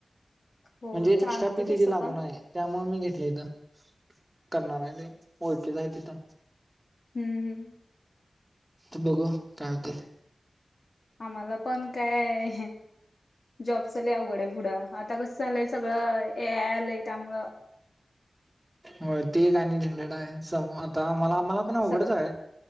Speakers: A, on the left (about 60°); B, on the right (about 20°).
A: हो
B: म्हणजे एक्स्ट्रा
A: चालत
B: फी तिझी
A: तसं
B: लागू
A: पण
B: न्हाय हाय. त्यामुळे मी घेतली इथं करणार आहे. ओळखीच आहे तिथं
A: हम्म. हम्म
B: त बघू काय होते.
A: आम्हाला पण काय जॉबस ल अवघड्या पुढं आता कस झालंय. सगळं हे आलंय त्यामुळ
B: हो ते का आणि झंडडा आहे. स आता मला आ म्हाला पण अवघडच
A: सगळं
B: आहे.